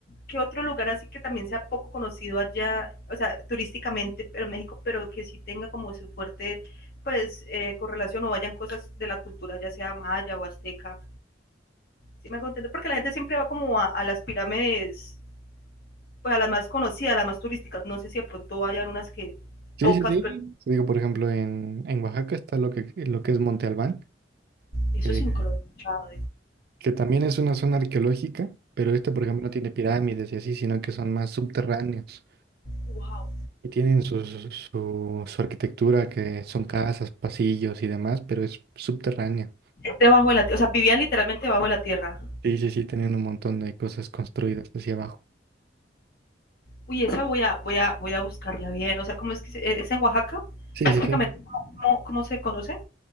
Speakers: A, on the left; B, on the right.
A: ¿qué otro lugar así que también sea poco conocido allá, o sea, turísticamente, pero México, pero que sí tenga como su fuerte, pues, eh, correlación o vayan cosas de la cultura, ya sea maya o azteca? Sí me contento, porque la gente siempre va como a, a las pirámides, pues a las más conocidas, a las más turísticas. No sé si de pronto hayan unas que
B: Sí,
A: pocas,
B: sí, sí.
A: pero
B: Te Digo, por ejemplo, en, en Oaxaca está lo que, lo que es Monte Albán,
A: eso
B: que,
A: sí nunca lo he escuchado.
B: que también es una zona arqueológica, pero esta, por ejemplo, no tiene pirámides y así, sino que son más subterráneos
A: Wow.
B: y tienen su, su, su- su arquitectura, que son casas, pasillos y demás, pero es subterráneo.
A: Debajo de la tierra, o sea, vivían literalmente debajo de la tierra.
B: Sí, sí, sí, tienen un montón de cosas construidas hacia abajo.
A: Uy, esa voy a, voy a, voy a buscarla bien. O sea, ¿cómo es que se- e, es en Oaxaca?
B: Sí,
A: Específicamente,
B: sí, sí.
A: ¿cómo, cómo- cómo se conoce?